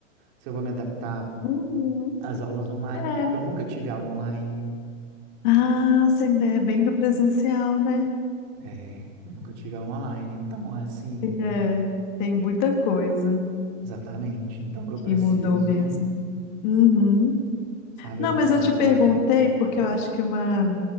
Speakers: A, on the right; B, on the left.
A: se eu vou me adaptar
B: Uhum.
A: às aulas online,
B: É.
A: porque eu nunca tive aula online,
B: Ah, sem ideia, é bem do presencial, né?
A: é, eu nunca tive aula online, então é assim,
B: É. Tem muita coisa
A: exatamente. Então eu
B: que
A: preciso,
B: mudou mesmo. Uhum.
A: sabe,
B: Não,
A: eu preciso
B: mas eu te perguntei
A: dessa
B: porque eu acho que uma.